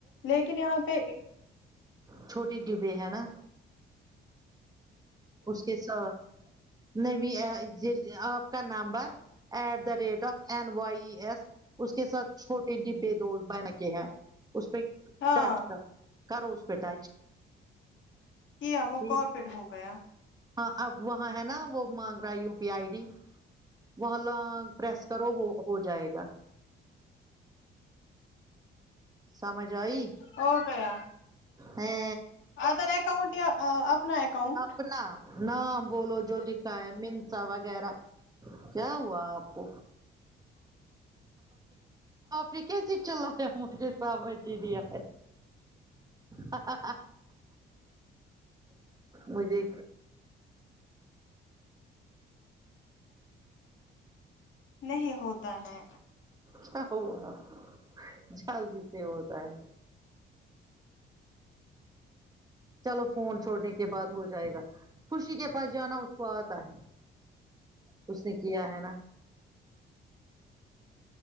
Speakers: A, on the left; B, on the right.
A: لیکن یہاں پہ
B: چھوٹی ڈبی بی ہے نا اس کے ساتھ نےوی ایپ جی آپ کا number at the rate of N Y S اس کے ساتھ چھوٹے ڈبی بی دو بن کے ہیں اس پہ
A: ہاں
B: ٹچ کر کرو اس پہ ٹچ
A: کیا وہ
B: جی
A: کورپیڈ ہو گیا
B: ہاں اب وہاں ہے نا وہ مانگ رہا ہے یو پی آئی ڈی محلہ پریس کرو وہ ہو جائے گا سمجھ آئی
A: ہو گیا
B: ہے
A: ادر اکاؤنٹ یا آ اپنا اکاؤنٹ
B: اپنا نہ بولو جو لکھا ہے منسا وغیرہ کیا ہوا آپ کو یہ کیسے چلایا مجھے سامج ہی نیا یا مجھے
A: نہیں ہوتا ہے
B: کیا ہوا جلدی سے ہوتا ہے چلو فون چھوڑنے کے بعد ہو جائے گا خوشی کے پاس جانا اس کو آتا ہے اس نے کیا ہے نا